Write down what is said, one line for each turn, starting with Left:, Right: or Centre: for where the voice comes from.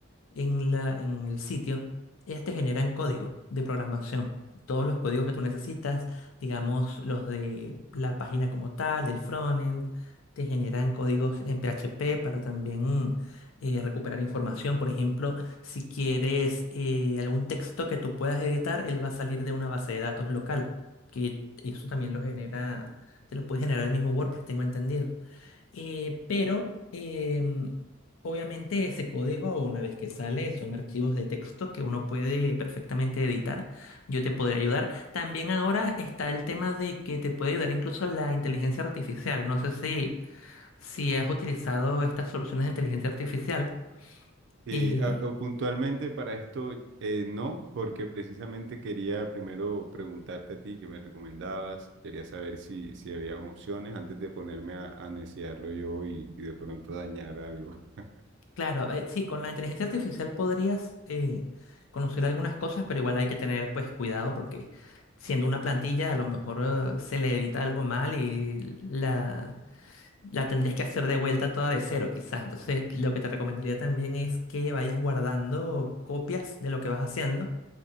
Left: en la, en el sitio, ellas te generan código de programación. Todos los códigos que tú necesitas, digamos los de la página como tal, del frontend, te generan códigos en PHP para también eh, recuperar información. Por ejemplo, si quieres eh, algún texto que tú puedas editar, él va a salir de una base de datos local que eso también lo genera, te lo puede generar el mismo WordPress, tengo entendido. Eh, pero em, obviamente ese código, una vez que sale, son archivos de texto que uno puede perfectamente editar. Yo te podría ayudar. También ahora está el tema de que te puede ayudar incluso la inteligencia artificial. No sé si, si has utilizado estas soluciones de inteligencia artificial.
Right: Sí,
Left: eh,
Right: a- o puntualmente para esto eh, no, porque precisamente quería primero preguntarte a ti que me recomendabas, quería saber si, si había opciones antes de ponerme a, a neciarlo yo y, y de pronto dañar algo.
Left: Claro,
Right: <laughs>
Left: eh, sí, con la inteligencia artificial podrías eh, conocer algunas cosas, pero igual hay que tener pues cuidado porque siendo una plantilla a lo mejor eh, se le edita algo mal y la, la tendrías que hacer de vuelta toda de cero quizás. Entonces lo que te recomendaría también es que vayas guardando copias de lo que vas haciendo